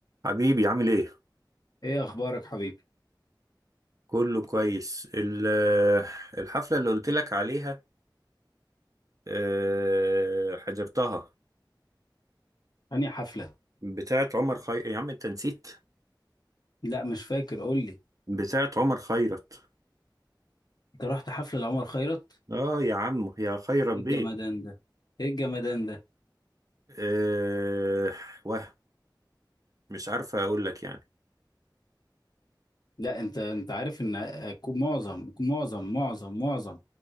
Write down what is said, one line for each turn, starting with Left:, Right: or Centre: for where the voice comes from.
Right: حبيبي عامل ايه؟
Left: ايه اخبارك حبيبي
Right: كله كويس ال- الحفلة اللي قلت لك عليها آه، حضرتها
Left: انهي حفله
Right: بتاعت عمر خي... يا عم انت نسيت
Left: لا مش فاكر قول لي
Right: بتاعت عمر خيرت
Left: انت رحت حفله لعمر خيرت
Right: اه يا عم يا خيرت
Left: ايه
Right: بيه
Left: الجمدان ده ايه الجمدان ده
Right: أه... وهم مش عارفة اقول لك يعني
Left: لا انت انت عارف ان آه، كو- معظم معظم معظم معظم